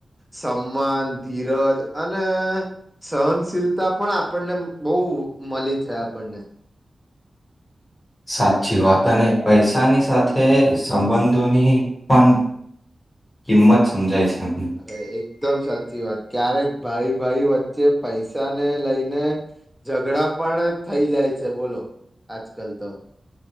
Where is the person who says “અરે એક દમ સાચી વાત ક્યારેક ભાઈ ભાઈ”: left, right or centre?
Centre